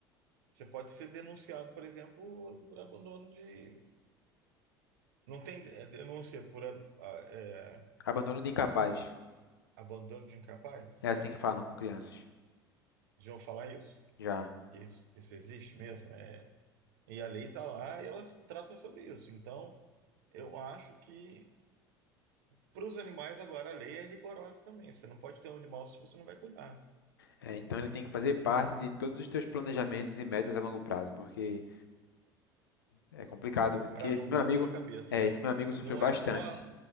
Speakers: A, on the right (about 65°); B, on the left (about 75°).
A: Você pode ser denunciado, por exemplo, por abandono de. Não tem é, denúncia por a- a- é,
B: Abandono de incapaz.
A: abandono de incapaz?
B: É assim que falam com crianças.
A: Já vou falar isso.
B: Já.
A: Que Isso, isso existe mesmo, né? E a lei está lá e ela trata sobre isso. Então, eu acho que Para os animais, agora a lei é rigorosa também. Você não pode ter um animal se você não vai cuidar,
B: É, então ele tem que fazer parte de todos os teus planejamentos e metas a longo prazo, porque é complicado. Porque
A: para
B: esse
A: não
B: meu
A: dar
B: amigo,
A: dor de cabeça,
B: é,
A: né?
B: esse meu amigo sofreu
A: Não
B: bastante.
A: é só,